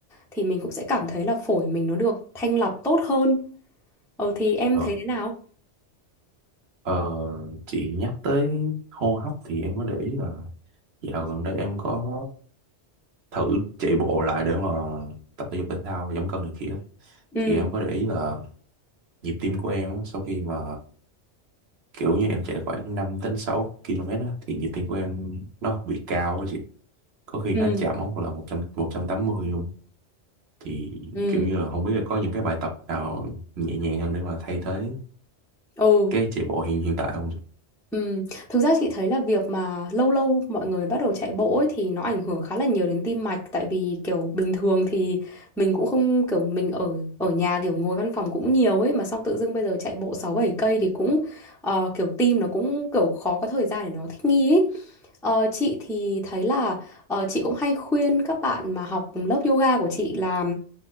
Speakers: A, in the centre; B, on the right.
A: thì mình cũng sẽ cảm thấy là phổi mình nó được thanh lọc tốt hơn. Ừ thì em
B: Ờ,
A: thấy thế nào?
B: Ờ, chị nhắc tới hô hấp thì em mới để ý là dạo gần đây em có thử chạy bộ lại để mà tập thể dục thể thao giảm cân này kia
A: Ừ.
B: thì em có để ý là nhịp tim của em á, sau khi mà kiểu như em chạy khoảng năm đến 6 km á, thì nhịp tim của em nó bị cao á chị có khi
A: Ừ,
B: nó chạm mốc là một một trăm một trăm tám mươi luôn thì
A: ừ,
B: kiểu như là không biết là có những cái bài tập nào nhẹ nhàng hơn để mà thay thế
A: ừ,
B: cái chạy bộ hiện hiện tại không chị?
A: ừ. Thực ra chị thấy là việc mà lâu lâu mọi người bắt đầu chạy bộ ấy thì nó ảnh hưởng khá là nhiều đến tim mạch tại vì kiểu bình thường thì mình cũng không kiểu mình ở ở nhà kiểu ngồi văn phòng cũng nhiều ấy mà xong tự dưng bây giờ chạy bộ 6 7 cây thì cũng ờ, kiểu tim nó cũng kiểu khó có thời gian để nó thích nghi ấy. Ờ, chị thì thấy là ờ, chị cũng hay khuyên các bạn mà học lớp yoga của chị là